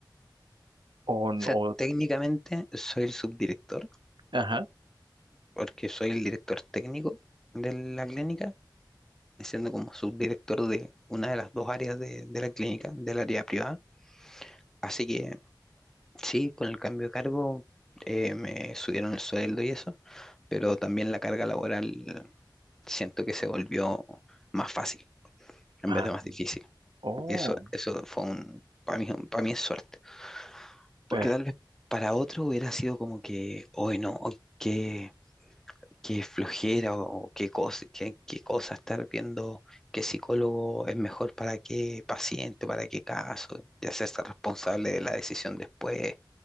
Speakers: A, on the right; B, in the centre.
A: o,
B: O
A: n-
B: sea,
A: o
B: técnicamente soy el subdirector,
A: ajá,
B: porque soy el director técnico de la clínica siendo como subdirector de una de las dos áreas de, de la clínica, del área privada. Así que sí, con el cambio de cargo eh, me subieron el sueldo y eso, pero también la carga laboral siento que se volvió más fácil en
A: ah,
B: vez de más difícil.
A: oh,
B: Y eso, eso fue un, para mí, para mí es suerte,
A: per,
B: porque tal vez para otro hubiera sido como que, hoy no, hoy qué, qué flojera o qué cosa, qué, qué cosa estar viendo qué psicólogo es mejor para qué paciente, para qué caso, y hacerse responsable de la decisión después